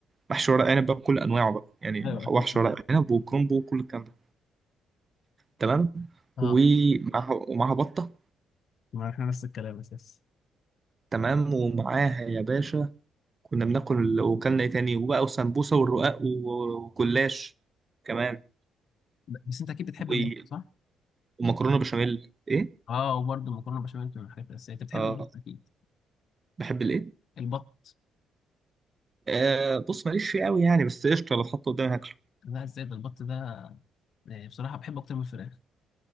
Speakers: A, on the right; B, on the left.
A: محشي ورق عنب بقى بكل انواعه بقى يعني
B: ايوه
A: مح-
B: اكيد
A: محشي
B: كده.
A: ورق عنب وكرومبو وكل الكلام ده تمام
B: اه
A: ومعاها ومعاها بطه
B: ما احنا نفس الكلام اساس
A: تمام ومعاها يا باشا كنا بناكل وكلنا ايه تاني وبقى وسمبوسه والرقاق و- وجلاش كمان
B: ب- بس انت اكيد بتحب
A: و-
B: البط صح؟
A: ومكرونه بشاميل ايه
B: اه وبرده مكرونه بشاميل من الحاجات الاساسيه انت بتحب
A: اه
B: البط اكيد
A: بحب الايه
B: البط
A: آه بص ماليش فيه قوي يعني بس قشطه لو اتحط قدامي هاكله
B: لا ازاي ده البط ده آه، بصراحه بحبه اكتر من الفراخ